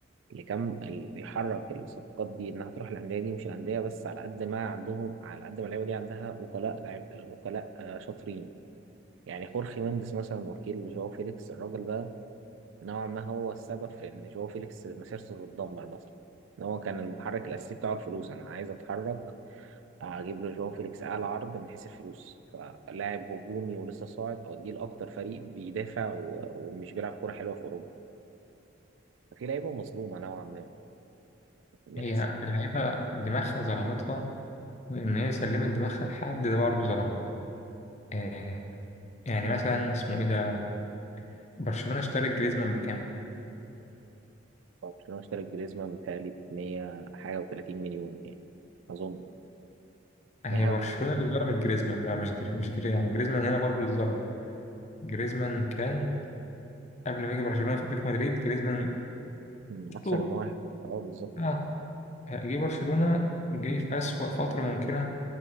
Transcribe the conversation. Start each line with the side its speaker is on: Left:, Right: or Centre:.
Right: اللي كان اللي بيحرك الصفقات دي انها تروح الانديه دي مش الانديه بس على قد ما عندهم على قد ما اللعيبه دي عندها وكلاء لعيبه وكلاء آه، شاطرين يعني خورخي مينديز مثلا وكيل جواو فيليكس الراجل ده نوعا ما هو السبب في ان جواو فيليكس مسيرته تتدمر مثلا ان هو كان المحرك الاساسي بتاعه الفلوس انا عايز اتحرك اجيب له جواو فيليكس اعلى عرض من حيث الفلوس فلاعب هجومي ولسه صاعد اوديه لاكتر فريق بيدافع و- ومش بيلعب كوره حلوه في اوروبا ففي لعيبه مظلومه نوعا ما من
Left: هي
Right: حيث
Left: اللعيبة دماغها ظلمتها وإن هي سلمت دماغها لحد ده برضه ظلمها آه يعني مثلا اسمه إيه ده برشلونة اشترت جريزمان بكام؟
Right: برشلونة اشترى جريزمان بتهيألي ب 100 حاجة و30 مليون يعني أظن
Left: آه، هي
Right: 100 حاجة
Left: برشلونة
Right: و-
Left: اللي ظلمت جريزمان بقى مش جري مش جري يعني جريزمان هنا برضه اتظلم جريزمان كان قبل ما يجي برشلونة في أتلتيكو مدريد جريزمان
Right: مم،
Left: أسطورة
Right: أحسن من واحد أه بالظبط
Left: اه جه برشلونة جه في أسوأ فترة ممكنة